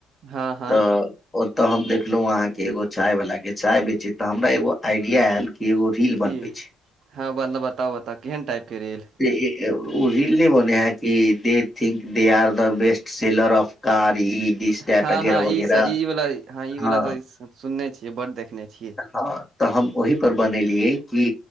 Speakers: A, on the right; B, on the left.
A: हँ हँ
B: तऽ ओत हम देखलौं अहाँके एगो चाय वला के चाय बेचैत तऽ हमरा एगो आईडिया ऐल कि एगो रील
A: की।
B: बनबै छै
A: हँ बंद- बता- बता केहेन टाइप के रेल?
B: इ-इ-उ-ओ रील नय बनैहे कि they think they are the best seller of car ई दिस
A: हँ-
B: दैट वगैरह
A: हँ-
B: वगैरह
A: ईस- ई वला ह -इवला
B: हँ
A: तऽ सुन्ने छियै बड्ड देखने छियै
B: हँ तऽ हम ओहि पर बनेलियै कि